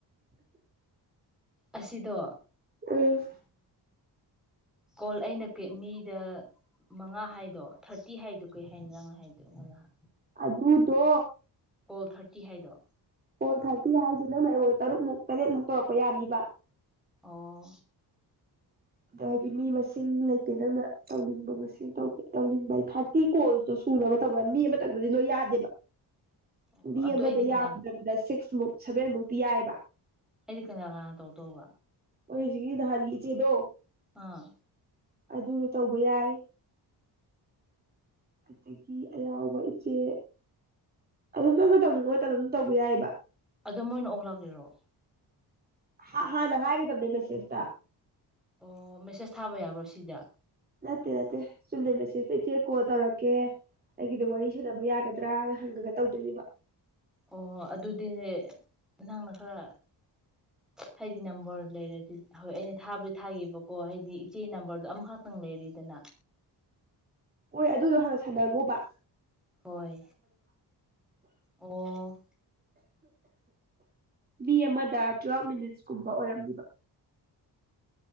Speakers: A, in the centre; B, on the right.
A: ꯑꯁꯤꯗꯣ
B: ꯎꯝ
A: ꯀꯣꯜ ꯑꯩꯅ ꯃꯤꯗ ꯃꯉꯥ ꯍꯥꯏꯗꯣ ꯊꯥꯔꯇꯤ ꯍꯥꯏꯗꯣ ꯀꯔꯤ ꯍꯥꯏꯅꯤ ꯅꯪ ꯍꯥꯏꯗꯣ ꯉꯍ
B: ꯑꯗꯨꯗꯣ
A: ꯀꯣꯜ ꯊꯥꯔꯇꯤ ꯍꯥꯏꯗꯣ
B: ꯊ ꯍꯥꯏ ꯁꯤ ꯅꯪ ꯑꯩꯉꯣꯟ ꯇꯔꯨꯛꯃꯨꯛ ꯇꯔꯦꯠꯃꯨꯛ ꯇꯧꯔꯛꯄ ꯌꯥꯕ
A: ꯑꯣ
B: ꯑꯗꯣ ꯍꯥꯏꯗꯤ ꯃꯤ ꯃꯁꯤꯡ ꯂꯩꯇꯦ ꯅꯪꯅ ꯇꯧꯅꯤꯡꯕ ꯃꯁꯤꯡ ꯇꯧꯅꯤꯡꯕ ꯍꯥꯏꯗꯤ ꯊꯥꯔꯇꯤ ꯀꯣꯜꯁꯇꯣ ꯁꯨꯅꯕ ꯇꯧꯕꯅ ꯃꯤ ꯑꯃꯇꯪꯗꯗꯤ ꯂꯣꯏ ꯌꯥꯗꯦꯕ
A: ꯑꯣ
B: ꯕꯤ
A: ꯑꯗꯨ ꯑꯩꯗꯤ
B: ꯑꯦ
A: ꯀꯅꯥ
B: ꯌꯥ ꯁꯤꯛꯁ ꯃꯨꯛ ꯁꯕꯦꯟꯃꯨꯛꯇꯤ ꯌꯥꯏꯑꯕ
A: ꯑꯦ ꯀ ꯇꯧ ꯇꯣꯕ
B: ꯑꯣꯏꯁꯤꯒꯤꯗ ꯍ ꯌꯦ ꯆꯦꯗꯣ
A: ꯑꯥ
B: ꯑꯗꯨꯗꯣ ꯇꯧꯕ ꯌꯥꯏ ꯑꯗꯒꯤ ꯑꯌꯥꯎꯕ ꯏꯆꯦ ꯑꯗꯨꯝ ꯅꯪꯅ ꯇꯧꯅꯤꯡꯕ ꯃꯇꯝꯗ ꯑꯗꯨꯝ ꯇꯧꯕ ꯌꯥꯏꯑꯕ
A: ꯑꯗꯣ ꯃꯣꯏꯅ ꯑꯣꯂꯛꯑꯔꯣ
B: ꯍꯥꯟꯅ ꯍꯥꯏꯒꯗꯕꯅꯦ ꯃꯦꯁꯦꯁ ꯇ
A: ꯑꯣ ꯃꯦꯁꯦꯁ ꯊꯥꯕ ꯌꯥꯕ꯭ꯔꯣ ꯁꯤꯗ
B: ꯅꯠꯇꯦ ꯅꯠꯇꯦ ꯆꯨꯝꯅ ꯃꯦꯁꯦꯁꯇ ꯏꯆꯦ ꯀꯣꯜ ꯇꯧꯔꯛꯀꯦ ꯑꯩꯒꯤꯗ ꯋꯥꯔꯤ ꯁꯥꯟꯅꯕ ꯌꯥꯒꯗ꯭ꯔꯥꯅ ꯍꯪꯉꯒ ꯇꯧꯗꯣꯏꯅꯦꯕ
A: ꯑꯣ ꯑꯗꯨꯗꯤ ꯅꯪꯅ ꯈꯔ ꯍꯥꯏꯗꯤ ꯅꯝꯕꯔ ꯂꯩꯔꯗꯤ ꯍꯣꯏ ꯑꯩꯅ ꯊꯥꯕꯨꯗꯤ ꯊꯥꯒꯦꯕꯀꯣ ꯍꯥꯏꯗꯤ ꯏꯆꯦ ꯅꯝꯕꯔꯗꯣ ꯑꯃꯈꯇꯪ ꯂꯩꯔꯗꯅ
B: ꯍꯣꯏ ꯑꯗꯨꯗꯣ ꯍꯥꯟꯅ ꯁꯥꯟꯅꯒꯣꯕ
A: ꯍꯣꯏ ꯑꯣ
B: ꯃꯤ ꯑꯃꯗ ꯇ꯭ꯋꯦꯜꯕ ꯃꯤꯅꯤꯠꯁꯀꯨꯝꯕ ꯑꯣꯏꯔꯝꯅꯦꯕ